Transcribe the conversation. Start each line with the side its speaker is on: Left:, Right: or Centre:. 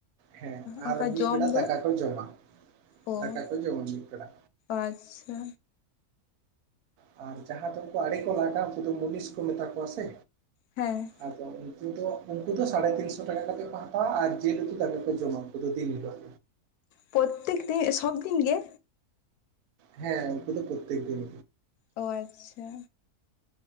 Right: ᱦᱮᱸ
Left: ᱚᱱᱠᱟ
Right: ᱟᱨ ᱢᱤᱫ
Left: ᱡᱚᱢ
Right: ᱵᱮᱲᱟ
Left: ᱫᱚ
Right: ᱫᱟᱠᱟ ᱠᱚ ᱡᱚᱢᱟ,
Left: ᱚ
Right: ᱫᱟᱠᱟ ᱠᱚ ᱡᱚᱢᱟ ᱢᱤᱫ ᱵᱮᱲᱟ᱾
Left: ᱟᱪᱪᱷᱟ
Right: ᱟᱨ ᱡᱟᱦᱟᱸ ᱫᱚ ᱩᱱᱠᱩ ᱟᱰᱮ ᱠᱚ ᱞᱟᱜᱟ ᱩᱱᱠᱩ ᱫᱚ ᱢᱩᱱᱤᱥ ᱠᱚ ᱢᱮᱛᱟ ᱠᱚᱣᱟ ᱥᱮ᱾
Left: ᱦᱮᱸ
Right: ᱟᱫᱚ ᱩᱱᱠᱩ ᱫᱚ ᱩᱱᱠᱩ ᱫᱚ ᱥᱟᱲᱮ ᱛᱤᱱᱥᱚ ᱴᱟᱠᱟ ᱠᱟᱛᱮᱫ ᱠᱚ ᱦᱟᱛᱟᱣᱟ ᱟᱨ ᱡᱤᱞ ᱩᱛᱩ ᱫᱟᱠᱟ ᱠᱚ ᱡᱚᱢᱟ ᱩᱱᱠᱩ ᱫᱚ ᱫᱤᱱ ᱦᱤᱞᱳᱜ᱾
Left: ᱯᱚᱛᱛᱮᱠ ᱛᱮ ᱥᱚᱵᱽᱫᱤᱱ ᱜᱮ?
Right: ᱦᱮᱸ ᱩᱱᱠᱩ ᱫᱚ ᱯᱚᱛᱛᱮᱠ ᱫᱤᱱ᱾
Left: ᱚ ᱟᱪᱪᱷᱟ᱾